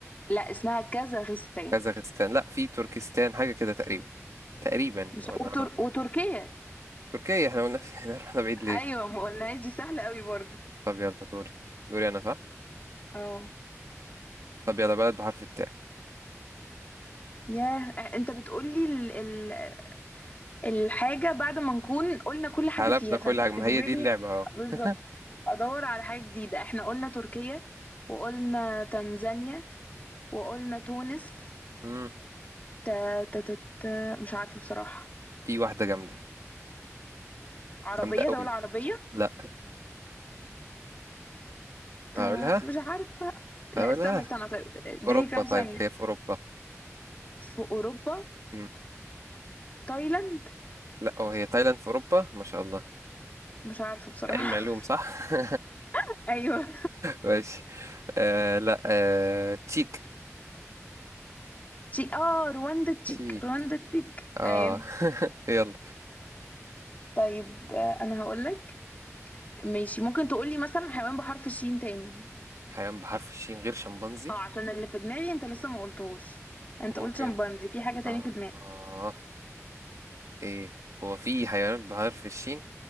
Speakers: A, on the left; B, on the right.
A: لا اسمها كازاخستان
B: كازاخستان لا في تركستان حاجة كده تقريبا تقريبا
A: مش
B: وأنا-
A: وتر...
B: أنا-
A: وتركيا
B: تركيا احنا قلنا <laughs> احنا رحنا بعيد ليه
A: ايوه ما قلناهاش دي سهله قوي برضو
B: طب يلا دوري دوري انا صح
A: اه
B: طب يلا بلد بحرف التاء
A: ياه انت بتقولي ال... ال... الحاجه بعد ما نكون قلنا كل حاجه
B: حلبنا
A: فيها
B: كل
A: فانت
B: حاجة
A: بتجبرني
B: ما هي دي اللعبة اه
A: بالظبط
B: <laughs>
A: ادور على حاجه جديده احنا قلنا تركيا وقلنا تنزانيا وقلنا تونس
B: مم.
A: ت... ت... ت... ت... مش عارفه بصراحه
B: في واحدة جامدة
A: عربيه
B: جامدة قوي
A: دوله عربيه
B: لا
A: ت...
B: هقولها
A: مش عارفه لا
B: هقولها
A: استنى استنى طيب اديني
B: أوروبا
A: كام
B: طيب
A: ثانيه
B: هي في أوروبا
A: في اوروبا
B: مم.
A: تايلاند
B: لا أو هي تايلاند في أوروبا ما شاء الله
A: مش عارفه بصراحه
B: علم علوم صح <laughs>
A: <laughs> ايوه
B: ماشي آه لا آه تشيك
A: تشيك اه رواندا تشيك
B: تشيك
A: رواندا تشيك
B: اه
A: ايوه
B: <laughs> يلا
A: طيب آه، انا هقولك ماشي ممكن تقولي مثلا حيوان بحرف الشين تاني
B: حيوان بحرف الشين غير شمبانزي
A: اه عشان اللي في دماغي انت لسه ما قلتهوش انت
B: ممكن
A: قلت شمبانزي في حاجة تاني
B: آه.
A: في دماغي
B: آه إيه هو في حيوانات بحرف الشين